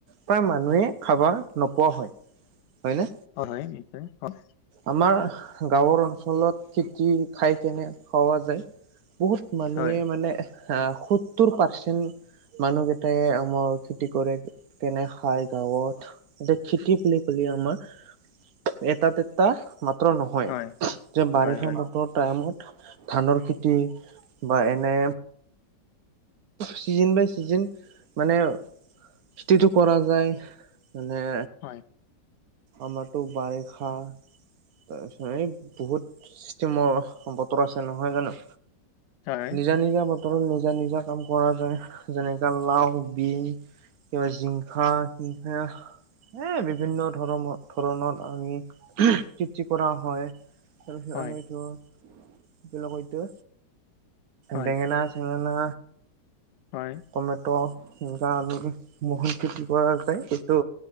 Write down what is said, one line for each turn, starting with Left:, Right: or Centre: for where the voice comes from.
Right: প্ৰায় মানুহে। খাব নোপোৱা হয় হয়নে।
Left: অ হয় নিশ্চয় হয়।
Right: আমাৰ গাঁৱৰ অঞ্চলত খেতি ঠাই খিনি হৰ যে। বহুত মানুহে
Left: হয়
Right: মানে হা সত্তৰ পাৰ্চেন্ট। মানুহ কেইটাই আমাৰ খেতি কৰে কেনে খায় গাঁৱত। <inaudible> আমাৰ এটাতে টা মাত্ৰ নহয়
Left: হয়
Right: যে বাৰিষা
Left: হয় হয়
Right: বতৰ টাইমত। ধানৰ খেতি বা এনে। চিজিন বাই চিজিন মানে স্তিটো কৰা যায় মানে
Left: হয়।
Right: আমাৰটো বাৰে খা তাৰেছ এইব বহুত চিষ্টেমৰ বতৰ আছে নহয় জানো?
Left: হয়
Right: নিজা নিজা বতৰত নিজা নিজা কাম কৰা যায়। যেনেকা লাও, বিন কিবা জিংখা, হিংসা এ বিভিন্নত ধৰম ধৰণত আমি কৃতি কৰা হয় তাৰপিছত
Left: হয়
Right: আমি এইটো বিলাক এটো
Left: হয়
Right: বেঙেনা চেঙেনা
Left: হয়।
Right: কমেত গা আমি মহন খেতি কৰা যায় সেটো